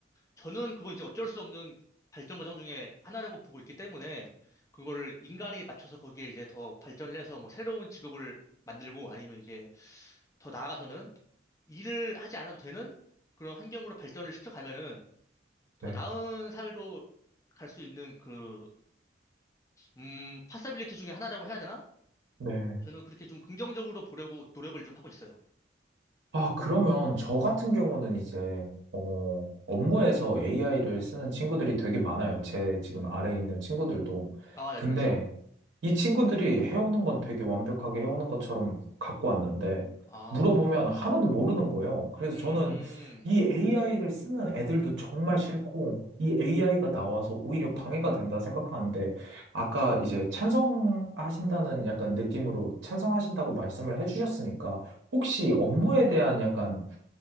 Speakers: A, on the left; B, on the right.
A: 저는 그건 이제 어쩔 수 없는 발전 과정 중에 하나라고 보고 있기 때문에 그거를 인간이 맞춰서 거기에 이제 더 발전을 해서 뭐 새로운 직업을 만들고 아니면 이제 더 나아가서는 일을 하지 않아도 되는 그런 환경으로 발전을 시켜가면은 더
B: 렇
A: 나은
B: 네,
A: 사회로 갈 수 있는 그, 음, 파서빌리티 중에 하나라고 해야 되나?
B: 네.
A: 저는 그렇게 좀 긍정적으로 보려고 노력을 좀 하고 있어요.
B: 아, 그러면 저 같은 경우는 이제, 어, 업무에서 AI를 쓰는 친구들이 되게 많아요. 제 지금 아래에 있는 친구들도.
A: 아, 네,
B: 근데,
A: 그렇죠.
B: 이 친구들이 해오는 건 되게 완벽하게 해오는 것처럼 갖고 왔는데,
A: 아,
B: 물어보면 하나도 모르는 거예요. 그래서
A: 음,
B: 저는 이 AI를 쓰는 애들도 정말 싫고, 이 AI가 나와서 오히려 방해가 된다 생각하는데, 아까 이제 찬성하신다는 약간 느낌으로 찬성하신다고 말씀을 해주셨으니까, 혹시 업무에 대한 약간,